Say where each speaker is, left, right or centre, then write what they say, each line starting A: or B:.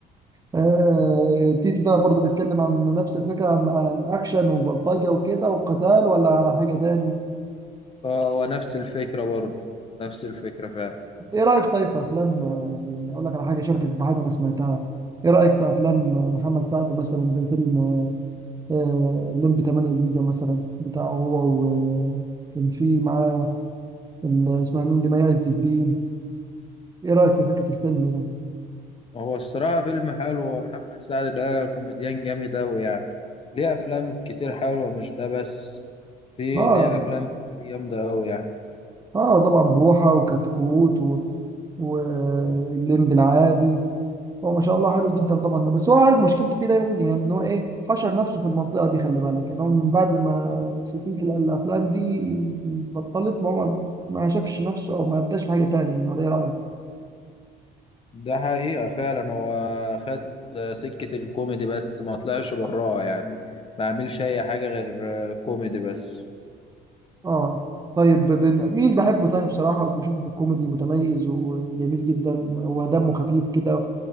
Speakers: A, on the right (about 20°); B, on the left (about 35°).
A: آه
B: آه
A: تيتو ده برضه بيتكلم عن نفس الفكرة عن, عن اكشن وبلطجة وكده وقتال ولا على حاجة تاني
B: آه، هو نفس الفكرة برضه نفس الفكرة فعلا
A: ايه رأيك طيب في افلام آه، يعني اقول لك على حاجة شاركك بحاجة انا سمعتها ايه رأيك في افلام محمد سعد مثلا زي فيلم آه، ليم ب 8 جيجا مثلا بتاعه هو وكان في معاه ال- اسمها مين دي مي عز الدين ايه رأيك في فكرة الفيلم ده؟
B: هو الصراحة فيلم حلو هو محمد سعد ده كوميديان جامد أوي يعني ليه أفلام كتير حلوة مش ده بس في
A: اه
B: ليه أفلام كتير جامدة أوي يعني.
A: اه طبعا بوحة وكتكوت و... والليمب العادي هو ما شاء الله حلو جدا طبعا بس هو عارف مشكلته فيه دايما يعني ان هو ايه حشر نفسه في المنطقة دي خلي بالك يعني هو من بعد ما سلسلة الافلام دي بطلت ما هو ما ما شافش نفسه او ما اداش في حاجة تانية يعني ولا ايه رأيك؟
B: ده حقيقة فعلا هو خد سكة الكوميدي بس ما طلعش براها يعني ما عملش أي حاجة غير آه، كوميدي بس
A: اه طيب بن- مين بحبه تاني بصراحة بشوفه في الكوميدي متميز وجميل جدا ودمه خفيف كده